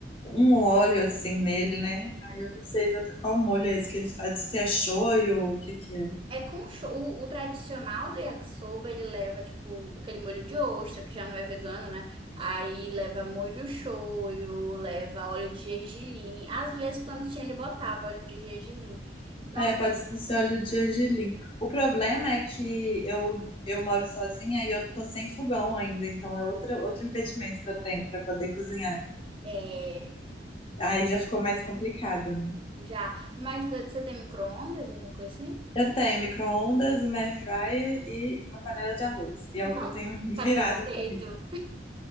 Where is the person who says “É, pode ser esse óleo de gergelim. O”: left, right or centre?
Left